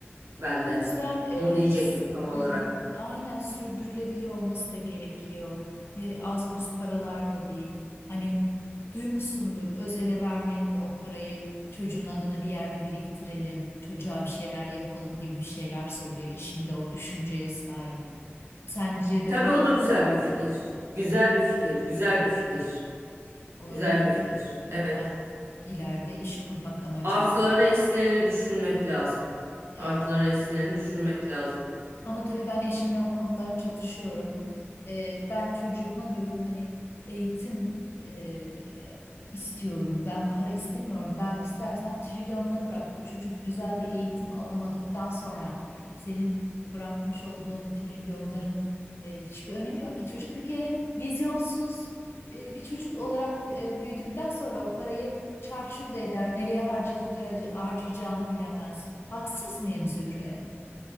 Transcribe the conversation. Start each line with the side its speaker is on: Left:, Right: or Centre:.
Right: bende.
Left: O yüzden e,
Right: Onu diyecektim
Left: sür-
Right: tam olarak.
Left: aynen sürdürülebilir olması da gerekiyor. E, az buz paralar da değil. Hani duymuşsundur özele vermeyelim de o parayı çocuğun adına bir yerde biriktirelim. Çocuğa bir şeyler yapalım gibi bir şeyler söylüyor. İşimde o düşünceye sahip. Sence de
Right: Tabii
Left: öyle
Right: o
Left: mi?
Right: da güzel bir fikir. Güzel bir fikir, güzel bir fikir.
Left: Olabilir
Right: Güzel bir fikir.
Left: mi?
Right: Evet.
Left: Yani ileride iş kurmak amacıyla.
Right: Artılarını eksilerini düşünmek lazım.
Left: E,
Right: Artılarını eksilerini düşünmek lazım.
Left: Ama tabii ben eşimle o konuda çatışıyorum. Ee, ben çocuğuma diyorum hani eğitim e, istiyorum. Ben para istemiyorum. Ben istersen trilyonları bırak. O çocuk güzel bir eğitim alamadıktan sonra senin bırakmış olduğun trilyonların e, hiçbir önemi yok ki. Çocuk bir kere vizyonsuz e, bir çocuk olarak e, büyüdükten sonra o parayı çarçur da eder. Nereye harcayacağı- harcayacağını bilemez. Haksız mıyım Zühre?